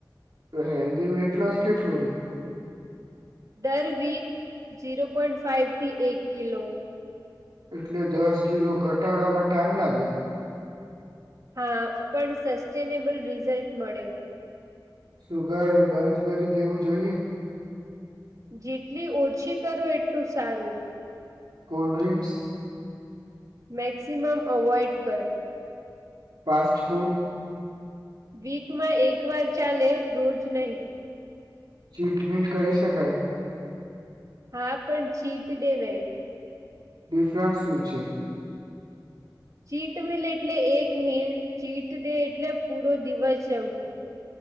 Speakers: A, on the right (about 70°); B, on the right (about 45°).
A: તો હેલ્ધી વેઇટ લોસ કેટલું હોય.
B: દર વીક ઝીરો પોઈન્ટ ફાઈવ થી એક કિલો
A: એટલે દસ કીલો ઘટાડવામાં ટાઈમ લાગે.
B: હા પણ સસ્ટેનેબલ રિઝલ્ટ મળે.
A: સુગર બંધ કરી દેવું જોઈએ.
B: જેટલી ઓછી કરો એટલું સારું.
A: કોલ્ડ્રિંક્સ
B: મેક્સિમમ અવોઈડ કર.
A: ફાસ્ટ ફૂડ
B: વીકમાં એક વાર ચાલે રોજ નહી.
A: ચીટમિન્ટ કરી શકાય.
B: હા પણ ચીટ ડે નહી.
A: ડિફરન્સ શું છે?
B: ચીટ મિલ એટલે એક મિલ ચીટ ડે એટલે પૂરો દિવસ જવું.